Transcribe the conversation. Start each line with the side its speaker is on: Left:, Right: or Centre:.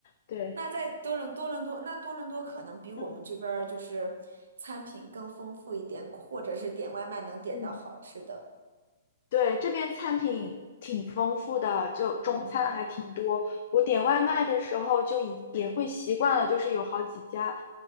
Left: 对，
Right: 那在多伦多伦多，那多伦多可能比我们这边儿就是餐品更丰富一点，
Left: 嗯
Right: 或者是点外卖能点到好吃的。
Left: 嗯，对，这边餐品挺丰富的，就中餐还挺多。
Right: 嗯嗯
Left: 我点外卖的时候就已也会习惯了，
Right: 嗯。
Left: 就是有好几家